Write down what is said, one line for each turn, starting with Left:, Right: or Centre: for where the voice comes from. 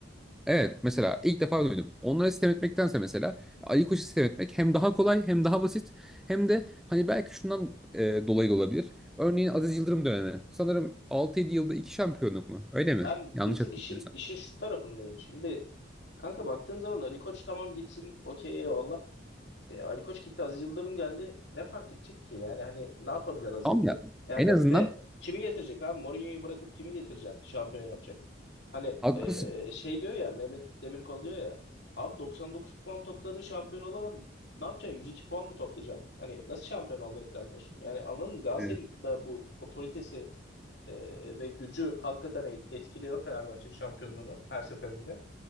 Centre: Evet mesela ilk defa duydum. Onlara sistem etmektense mesela Ali Koç'u sistem etmek hem daha kolay hem daha basit hem de hani belki şundan e, dolayı da olabilir. Örneğin Aziz Yıldırım dönemi. Sanırım altı yedi yılda 2 şampiyonluk mu? Öyle mi?
Left: Ben
Centre: Yanlış
Left: bir tık
Centre: hatırlamıyorsam.
Left: işin, işin şu tarafındayım. Şimdi kanka baktığın zaman Ali Koç tamam gitsin okey eyvallah. E, Ali Koç gitti, Aziz Yıldırım geldi. Ne fark edecek ki? Yani hani ne yapabilir Aziz
Centre: Tamam
Left: Yıldırım?
Centre: ya
Left: Yani
Centre: en
Left: de
Centre: azından
Left: ne kimi getirecek abi? Mourinho'yu bırakıp kimi getireceksin? Şampiyon yapacak. Hani
Centre: haklısın.
Left: e, şey diyor ya Mehmet Demirkol diyor ya. Abi 99 puan topladın şampiyon olamadın. Ne yapacaksın? 102 puan mı toplayacaksın? Hani nasıl şampiyon olmayı planlıyorsun? Yani anladın mı? Galatasaray'ın
Centre: Evet.
Left: da bu otoritesi e, ve gücü hakikaten et- etkiliyor Fenerbahçe'nin şampiyonluğunu her seferinde.